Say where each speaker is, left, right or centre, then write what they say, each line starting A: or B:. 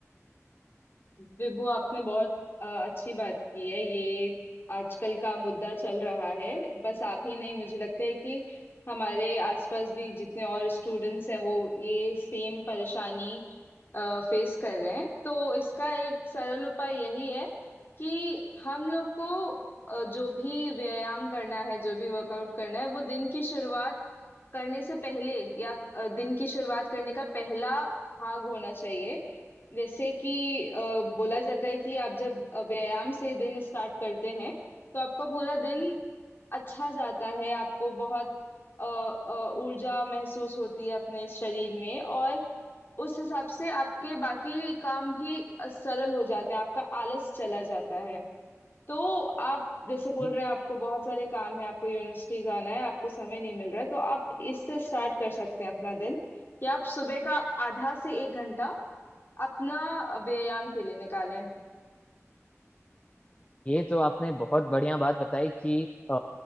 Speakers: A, on the left; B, on the left.
A: विभु आपने बहुत अ, अच्छी बात की है ये आजकल का मुद्दा चल रहा है बस आप ही नहीं मुझे लगता है कि हमारे आसपास भी जितने और स्टूडेंट्स हैं वो ये सेम परेशानी फेस कर रहे हैं तो इसका एक सरल उपाय यही है कि हम लोग को अ, जो भी व्यायाम करना है जो भी वर्कआउट करना है वो दिन की शुरुआत करने से पहले या अ, दिन की शुरुआत करने का पहला भाग होना चाहिए जैसे कि अ, बोला जाता है कि आप जब अ, व्यायाम से दिन स्टार्ट करते हैं तो आपका पूरा दिन अच्छा जाता है आपको बहुत अ, अ, ऊर्जा महसूस होती है अपने शरीर में और उस हिसाब से आपके बाकी काम भी अ, सरल हो जाते हैं आपका आलस चला जाता है तो आप जैसे बोल
B: जी।
A: रहे हैं आपको बहुत सारे काम है आपको यूनिवर्सिटी जाना है आपको समय नहीं मिल रहा है तो आप इससे स्टार्ट कर सकते हैं अपना दिन कि आप सुबह का आधा से एक घंटा अपना व्यायाम के लिए निकालें
B: ये तो आपने बहुत बढ़िया बात बताई कि अ,